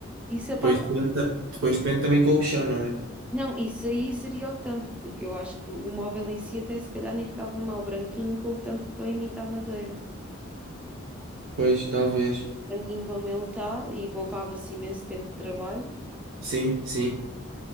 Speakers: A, in the centre; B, on the right.
A: Isso
B: Depois
A: a parte.
B: depende, ta- depois depende também com o chão, não é?
A: Não, isso aí seria o tampo, porque eu acho que o móvel em si até se calhar nem ficava mal branquinho com o tampo para imitar madeira.
B: Pois, talvez.
A: Branquinho como ele está e poupava-se imenso tempo de trabalho.
B: Sim, sim.